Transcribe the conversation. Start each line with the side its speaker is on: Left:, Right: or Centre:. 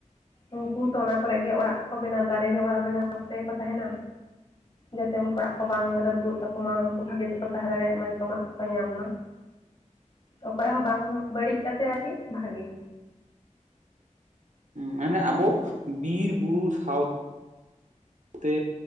Left: ᱩᱱᱠᱩ ᱛᱚ ᱚᱱᱟ ᱠᱚᱨᱮ ᱜᱮ ᱚᱲᱟᱜ ᱠᱚ ᱵᱮᱱᱟᱣ ᱫᱟᱨᱮ ᱨᱮ ᱚᱲᱟᱜ ᱵᱮᱱᱟᱣ ᱠᱟᱛᱮ ᱜᱮ ᱠᱚ ᱛᱟᱦᱮᱸᱱᱟ᱾ ᱡᱟᱛᱮ ᱩᱱᱠᱚ ᱚᱲᱟᱜ ᱠᱚ ᱵᱟᱝ ᱨᱟᱹᱯᱩᱫᱚᱜ ᱛᱟᱠᱚ ᱢᱟ ᱩᱱᱠᱩ ᱵᱷᱟᱜᱮ ᱛᱮᱠᱚ ᱛᱟᱦᱮᱸ ᱫᱟᱲᱮᱭᱟᱜ ᱢᱟ ᱡᱚᱢᱟᱜ ᱠᱚᱠᱚ ᱧᱟᱢ ᱢᱟ, ᱚᱠᱚᱭᱟᱜ ᱦᱚᱸ ᱵᱟᱝ ᱵᱟᱹᱲᱤᱜ ᱠᱟᱛᱮ ᱟᱨᱠᱤ ᱵᱷᱟᱜᱮ᱾
Right: ᱢᱟᱱᱮ ᱟᱵᱚ ᱵᱤᱨ ᱵᱩᱨᱩ ᱥᱟᱶ ᱛᱮ